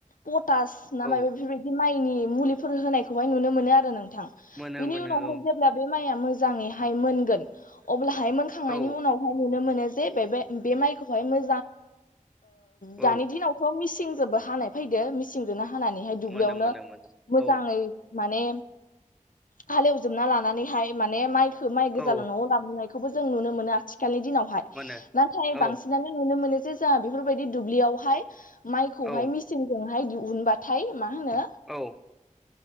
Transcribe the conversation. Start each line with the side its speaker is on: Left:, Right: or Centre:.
Left: पटास ना
Centre: औ
Left: माय बेफोरबायदि माइनि मुलिफोर होनायखौहाय नुनो मोनो आरो नोंथां
Centre: मोनो
Left: बेनि
Centre: मोनो
Left: उनावहाय
Centre: औ
Left: जे अ बे मआ मोज मोनोन अ मोनखांनायनि
Centre: औ
Left: उनावहाय ननो मोन माइखौ मो द
Centre: औ
Left: दिनाव थ' मिसिंजोंबो हानाय फैदो मिसिंजोंनो हानानैहाय दुब्लियावनो
Centre: मोनो मोनो मोनो
Left: मोजाङै
Centre: औ
Left: माने हालेवजोबना लानानैहाय माने माइखौो माइ गोजाल'
Centre: औ
Left: न'आव नायबो जों नुनो मोन आथिखालनि दिनावहाय
Centre: मोनो
Left: नाथाय
Centre: औ
Left: बांसिनानो नुनो मोनो जे जोंहा बेफोरबायदि दुब्लियावहाय माइखौहाय
Centre: औ
Left: मेचनजोंहाय दिहुनबाथाय मा होनो
Centre: औ।